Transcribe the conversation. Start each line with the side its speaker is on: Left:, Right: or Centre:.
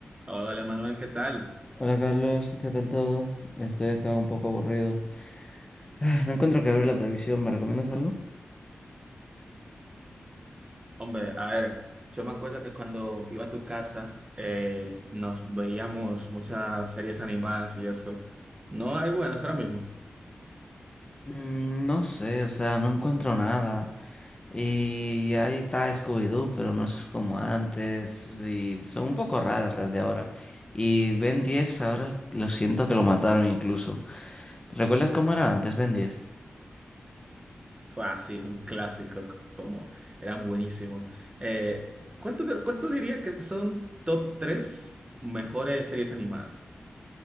Right: Hola Manuel, ¿qué tal?
Left: Hola Carlos, ¿qué tal todo? Estoy acá un poco aburrido. Ah, No encuentro que abrir la televisión, ¿me recomiendas algo?
Right: Hombre, a ver, yo me acuerdo que cuando iba a tu casa eh, nos veíamos muchas series animadas y eso. No hay buenas ahora mismo.
Left: Mm, no sé, o sea, no encuentro nada. Y ahí está Scooby-Doo, pero no es como antes. Y son un poco raras las de ahora. Y Ben 10 ahora lo siento que lo mataron incluso. ¿Recuerdas cómo era antes Ben 10?
Right: Fácil, un clásico, como eran buenísimos. Eh, ¿cuánto, te- cuánto dirías que son top 3 mejores series animadas?